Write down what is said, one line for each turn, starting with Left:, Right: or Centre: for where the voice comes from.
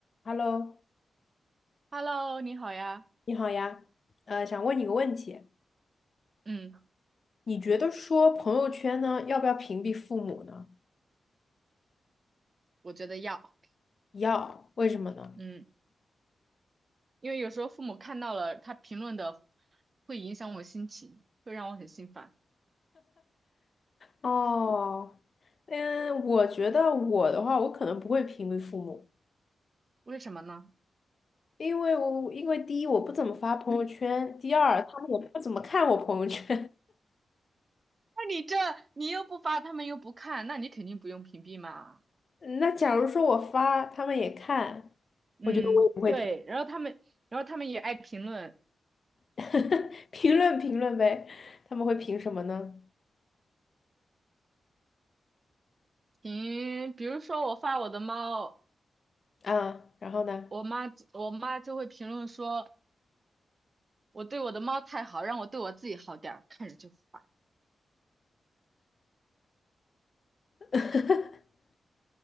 Left: Hello，
Right: Hello，你好呀。
Left: 你好呀，呃，想问你个问题，
Right: 嗯，
Left: 你觉得说朋友圈呢，要不要屏蔽父母呢？
Right: 我觉得要，
Left: 要，为什么呢？
Right: 嗯，因为有时候父母看到了他评论的，会影响我心情，会让我很心烦。
Left: 哦，嗯，我觉得我的话，我可能不会屏蔽父母，
Right: 为什么呢？
Left: 因为我因为第一我不怎么发朋友圈，第二他们也不怎么看我朋友圈。
Right: 那你这你又不发，他们又不看，那你肯定不用屏蔽嘛。
Left: <laughs> 那假如说我发，他们也看，
Right: 嗯，
Left: 我觉得我也不会评
Right: 对。然后他们，然后他们也爱评论，
Left: <laughs> 评论评论呗，他们会评什么呢？
Right: 评，比如说我发我的猫，
Left: 啊，然后呢？
Right: 我妈我妈就会评论说我对我的猫太好，让我对我自己好点儿，看着就烦。
Left: <laughs>